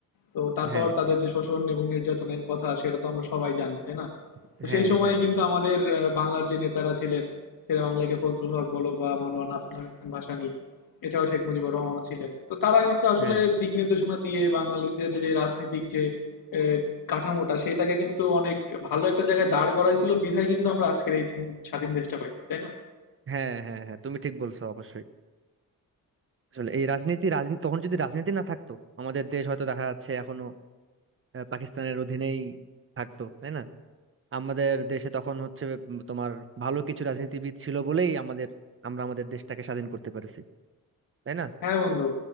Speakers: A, on the left; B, on the right.
A: তো তারপর
B: হ্যাঁ
A: তাদের যে শোষণ এবং নির্যাতনের কথা সেটা তো আমরা সবাই জানি তাই না
B: হ্যাঁ
A: তো সেই সময়ে
B: হ্যাঁ হ্যাঁ
A: কিন্তু আমাদের আহ, বাংলার যে নেতারা ছিলেন শেরে বাংলাকে ফজলুল হক বলো বা মাওলানা আব্দুল হামিদ খান ভাসানী এছাড়াও শেখ মুজিবুর রহমানও ছিলেন তো তারা কিন্তু আসলে
B: হ্যাঁ
A: দিক নির্দেশনা দিয়ে বাঙালিদের যে রাজনৈতিক যে আহ, কাঠামোটা সেটাকে কিন্তু অনেক ভালো একটা জায়গায় দাঁড় করাইছিল বিধায় কিন্তু আমরা আজকের এই স্বাধীন দেশটা পাইছি তাই না
B: হ্যাঁ হ্যাঁ হ্যাঁ, তুমি ঠিক বলছো অবশ্যই আসলে এই রাজনীতি রাজনীতি তখন যদি রাজনীতি না থাকতো আমাদের দেশ হয়তো দেখা যাচ্ছে এখনো আহ, পাকিস্তানের অধীনেই থাকতো তাই না আমাদের দেশে তখন হচ্ছে উম, তোমার ভালো কিছু রাজনীতিবিদ ছিল বলেই আমাদের আমরা আমাদের দেশটাকে স্বাধীন করতে পেরেছি তাই না
A: হ্যাঁ বন্ধু